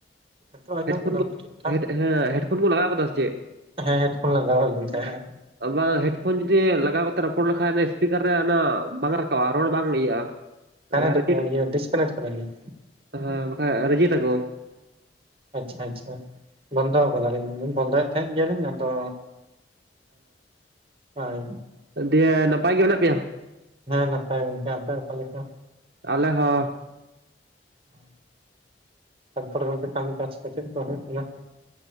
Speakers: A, on the right; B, on the right.
A: ᱱᱤᱛᱚᱜ ᱟᱸᱡᱚᱢᱚᱜ
B: ᱦᱮᱰᱯᱷᱳᱱ
A: ᱠᱟᱱᱟ
B: ᱠᱚ
A: ᱴᱷᱤᱠᱼᱴᱷᱟᱠ?
B: ᱦᱮᱰ ᱦᱮᱸ ᱦᱮᱰᱯᱷᱳᱱ ᱠᱚ ᱞᱟᱜᱟᱣ ᱠᱟᱫᱟ ᱥᱮᱪᱮᱫ?
A: ᱦᱮᱸ ᱦᱮᱰᱯᱷᱳᱱ ᱞᱟᱸᱜᱟ ᱦᱩᱭᱞᱮᱱ ᱛᱟᱦᱮᱸᱡ᱾
B: ᱵᱟᱝ ᱦᱮᱰᱯᱷᱳᱱ ᱡᱩᱫᱤ ᱞᱟᱜᱟᱣ ᱠᱟᱛᱮ ᱨᱚᱯᱚᱲ ᱞᱮᱠᱷᱟᱡ ᱥᱤᱥᱯᱤᱠᱟᱨ ᱨᱮ ᱚᱱᱟ ᱵᱟᱝ ᱨᱟᱠᱟᱵᱟ ᱨᱚᱲ ᱵᱟᱝ ᱤᱭᱟᱹᱜᱼᱟ᱾
A: ᱠᱟᱱᱟᱴᱠ
B: ᱨᱮᱡᱮᱠᱴ
A: ᱠᱟ ᱤᱭᱟᱹ ᱰᱤᱥᱠᱟᱱᱮᱴ ᱠᱟᱫᱟ ᱞᱤᱧ᱾
B: ᱦᱮᱸ ᱵᱟᱠᱷᱟᱡ ᱨᱤᱡᱮᱴ ᱟᱠᱚ᱾
A: ᱟᱪᱪᱷᱟ ᱟᱪᱪᱷᱟ ᱵᱚᱱᱫᱚ ᱠᱟᱫᱟᱞᱤᱧ, ᱵᱚᱱᱫᱚᱭᱮᱫ ᱛᱟᱦᱮᱸᱫ ᱜᱮᱭᱟᱞᱤᱧ ᱟᱫᱚ ᱦᱳᱭ
B: ᱚ ᱫᱤᱭᱮ ᱱᱟᱯᱟᱭ ᱜᱮ ᱢᱮᱱᱟᱜ ᱯᱮᱭᱟ?
A: ᱦᱮᱸ ᱱᱟᱯᱟᱭ ᱜᱮ, ᱟᱯᱮ ᱚᱠᱟ ᱞᱮᱠᱟ?
B: ᱟᱞᱮ ᱦᱚ᱾
A: ᱚ ᱛᱟᱨᱯᱚᱨᱮ ᱜᱚᱢᱠᱮ ᱠᱟᱹᱢᱤ ᱠᱟᱪ ᱠᱚ ᱪᱮᱫ ᱞᱮᱠᱟ ᱦᱩᱭᱩᱜ ᱜᱮᱭᱟ?